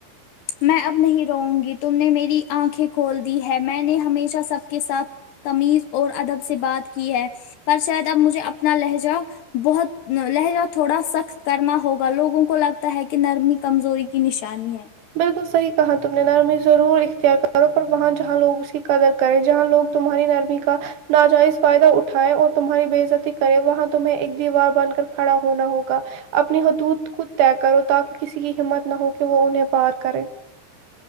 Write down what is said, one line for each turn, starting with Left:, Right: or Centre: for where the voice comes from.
Left: میں اب نہیں رو گی تم نے میری آنکھیں کھول دی ہے میں نے ہمیشہ سب کے ساتھ تمیز اور ادب سے بات کی ہے پر شاید اب مجھے اپنا لہجہ بہت ن لہجہ تھوڑا سخت کرنا ہوگا لوگوں کو لگتا ہے کہ نرمی کمزوری کی نشانی ہے
Right: بالکل صحیح کہا تم نے نرمی ضرور اختیار کرو پر وہاں جہاں لوگ اس کی قدر کر جہاں لوگ تمہاری نرمی کا ناجائز فائدہ اٹھائے اور تمہاری بے عزتی کرے وہاں تمہیں ایک دیوار بن کر کھڑا ہونا ہوگا اپنی حدود خود طے کرو تاکہ کسی کی ہمت نہ ہو کہ وہ انہیں پار کرے